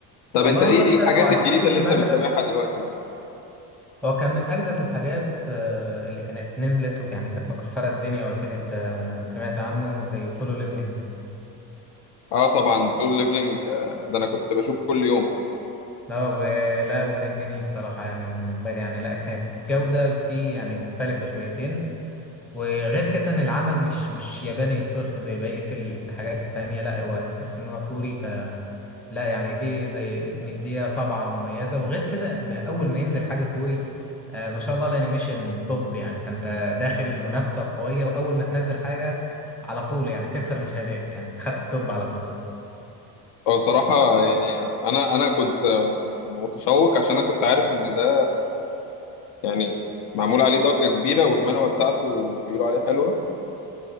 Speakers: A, on the left (about 65°); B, in the centre.
A: طب
B: والله
A: انت ايه
B: هو انت
A: ايه الحاجات
B: لو هتسكيب
A: الجديده اللي
B: مثلا
A: انت بتتابعها دلوقتي يعني
B: هو كان من اجدد الحاجات آه، اللي كانت نزلت ويعني كانت مكسرة الدنيا واكيد انت سمعت عنه زي سولو ليفلينج
A: اه طبعا سول ليفلنج آه، ده انا كنت بشوفه كل يوم
B: اه ولا وكان جميل صراحة يعني انا بالنسبة لي يعني لا كانت جودة فيه يعني مختلفة شويتين وغير كده ان العمل مش مش ياباني صرف زي بقية الحاجات التانية لا هو تحس ان هو كوري فلا يعني دي زي مديها طبعة مميزة وغير كده ان اول ما ينزل حاجة كوري آه ما شاء الله الانيميشن توب يعني فانت داخل منافسة قوية واول ما تنزل حاجة على طول يعني تكسر مشاهدات يعني تحت التوب على طول
A: هو صراحه يعني انا انا كنت آه، متشوق عشان انا كنت عارف ان ده يعني معمول عليه ضجه كبيره والمانوا بتاعته بيقولوا عليه حلوه